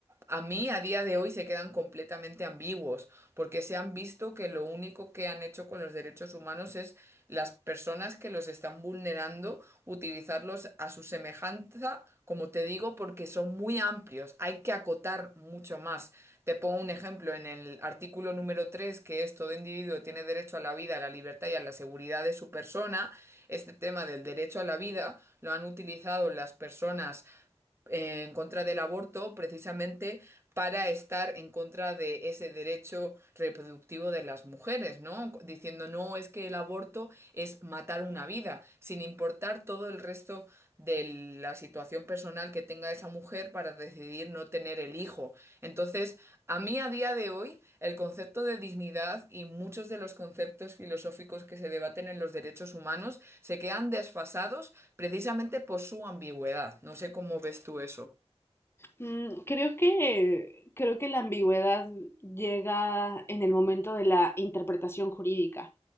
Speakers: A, on the right; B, on the left.
A: a mí a día de hoy se quedan completamente ambiguos, porque se han visto que lo único que han hecho con los derechos humanos es las personas que los están vulnerando utilizarlos a su semejanza, como te digo, porque son muy amplios, hay que acotar mucho más. Te pongo un ejemplo en el artículo número tres que es todo individuo tiene derecho a la vida, a la libertad y a la seguridad de su persona. Este tema del derecho a la vida lo han utilizado las personas eh, en contra del aborto precisamente para estar en contra de ese derecho reproductivo de las mujeres, ¿no? Diciendo, no, es que el aborto es matar una vida, sin importar todo el resto de la situación personal que tenga esa mujer para decidir no tener el hijo. Entonces, a mí a día de hoy, el concepto de dignidad y muchos de los conceptos filosóficos que se debaten en los derechos humanos se quedan desfasados precisamente por su ambigüedad. No sé cómo ves tú eso.
B: Mm, Creo que, creo que la ambigüedad llega en el momento de la interpretación jurídica.